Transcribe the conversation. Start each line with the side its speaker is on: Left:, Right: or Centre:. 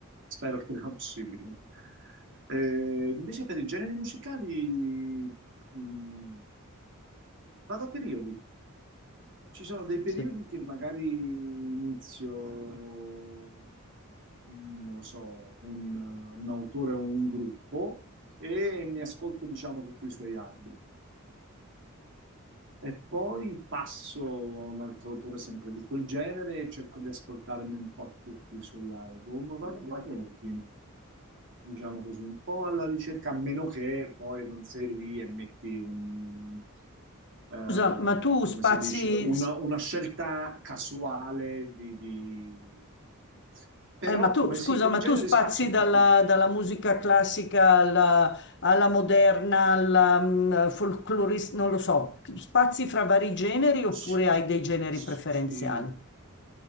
Right: spero il prima possibile. Eh, invece per i generi musicali, mm, vado a periodi. Ci sono dei periodi
Left: sì.
Right: che magari inizio, mm, non lo so, un, un autore o un gruppo e mi ascolto, diciamo, tutti i suoi album. E poi passo a un altro autore sempre di quel genere e cerco di ascoltarmi un po' tutti i suoi album. Vado in ordine diciamo così, un po' alla ricerca, a meno che poi non sei lì e metti un, eh,
Left: Scusa, ma tu
Right: come
Left: spazi.
Right: si dice, una, una scelta casuale di, di- Però
Left: Eh, ma tu,
Right: come
Left: scusa,
Right: sì, come
Left: ma
Right: genere
Left: tu spazi
Right: spazio un
Left: dalla,
Right: po' tutto.
Left: dalla musica classica alla, alla moderna, alla mm, folclorista, non lo so, spazi fra vari generi oppure
Right: Sì,
Left: hai dei generi
Right: sì,
Left: preferenziali?
Right: sì.